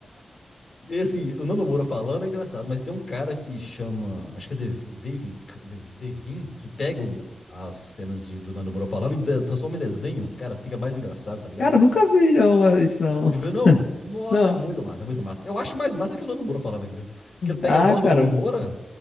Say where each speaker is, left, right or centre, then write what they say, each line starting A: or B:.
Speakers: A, on the left; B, on the left.
A: E assim, o Nando Moura falando é engraçado, mas tem um cara que chama, acho que é Devin, Devin, Dev- Devin, que pega o- as cenas de- do Nando Moura falando e de- transforma em desenho. Cara, fica mais engraçado, tá ligado?
B: Cara, eu nunca vi, não, isso não.
A: Viu, não? Nossa,
B: Não.
A: é muito massa, é muito massa. Eu acho mais massa que o Nando Moura falando ainda. Porque ele pega
B: Ah,
A: a voz
B: cara,
A: do Nando Moura